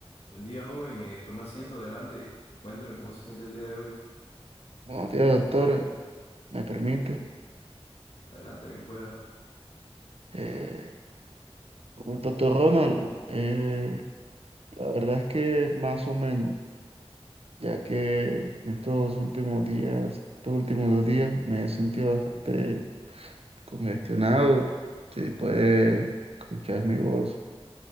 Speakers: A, on the left (about 70°); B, on the right (about 65°).
A: Buen día, joven. Eh, tome asiento, adelante. Cuénteme cómo se siente el día de hoy.
B: Buenos días, doctor. ¿Me permite?
A: Adelante, bien pueda.
B: Eh, doctor Ronald, eh, la verdad es que más o menos, ya que en estos últimos días, estos últimos dos días, me he sentido bastante congestionado. Si puede escuchar mi voz,